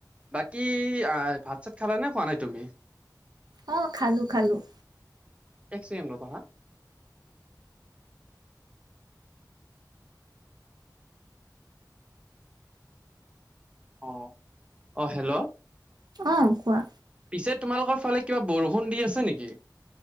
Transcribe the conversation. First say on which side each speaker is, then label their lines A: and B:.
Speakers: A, on the right; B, on the right.
A: বাকী আহ ভাত চাত খালা নে খোৱা নাই তুমি?
B: অ', খালোঁ খালোঁ।
A: এক চেকেণ্ড ৰ'বা হা। অ', অ' হেল্ল'!
B: অ' কোৱা।
A: পিছে তোমালোকৰ ফালে কিবা বৰষুণ দি আছে নেকি?